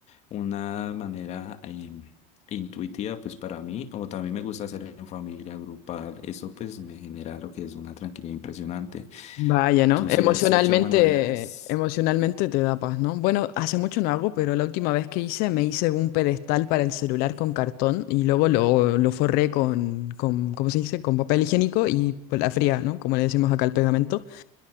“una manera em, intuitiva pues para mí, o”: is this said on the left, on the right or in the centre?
Left